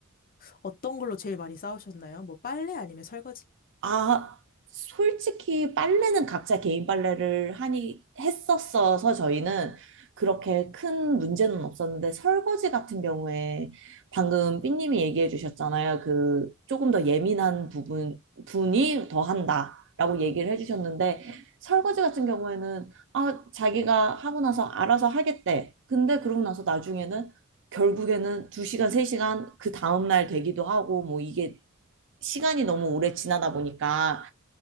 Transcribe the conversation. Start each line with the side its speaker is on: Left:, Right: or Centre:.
Left: 어떤 걸로 제일 많이 싸우셨나요? 뭐 빨래 아니면 설거지?
Right: 아, 솔직히 빨래는 각자 개인 빨래를 하니 했었어서 저희는 그렇게 큰 문제는 없었는데 설거지 같은 경우에 방금 삐님이 얘기해 주셨잖아요. 그 조금 더 예민한 부분 분이 더 한다라고 얘기를 해 주셨는데 설거지 같은 경우에는 아, 자기가 하고 나서 알아서 하겠대. 근데 그러고 나서 나중에는 결국에는 2시간, 3시간 그 다음날 되기도 하고 뭐 이게 시간이 너무 오래 지나다 보니까